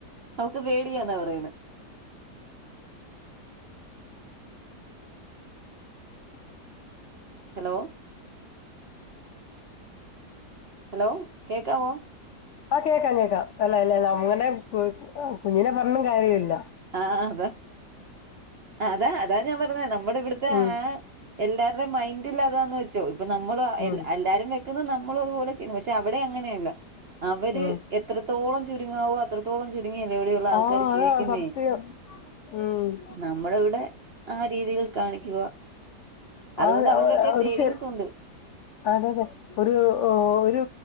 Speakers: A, on the right (about 50°); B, on the left (about 70°).
A: അവൾക്ക് പോടിയാന്നാ പറയുന്നത് ഹലോ ഹലോ കേൾക്കാവോ
B: ആഹ് കേൾക്കാം കേൾക്കാം അല്ല അല്ല അങ്ങനെ കുഞ്ഞിനെ പറഞ്ഞും കാര്യല്ല
A: ആഹ് അതാ അതാ അതാ ഞാൻ പറഞെ നമ്മുടെവിടുത്തെ
B: ഉം
A: ആ എല്ലാര്ടെ മൈയ്റ്റിലതാന്ന് വെച്ചോ ഇപ്പൊ നമ്മള്
B: ഉം
A: എല്ലാരും വെ ക്കുന്ന് നമ്മളതുപോലെ ചെയ്യുന്നു പക്ഷെ അവിടെ അങ്ങനെയല്ല അവര്
B: ഉം
A: എത്ര എത്രത്തോളം ചുരുങ്ങാവോ അത്രത്തോളം ചുരുങ്ങിയല്ലെ അവിടെയുള്ളെ ആൾക്കാര്
B: ആ
A: ജീവിക്കുന്നേ?
B: അതാ സത്യം ഉം
A: നമ്മള് ഇവിടെ ആ രീതികൾ കാണിക്കുവാ അതുകൊണ്ട്
B: ആ
A: അവർക്കൊക്കെ
B: ഒരു
A: സേവിങ്സുണ്ട്
B: ചെ അതെ അതെ ഒരു ഒരു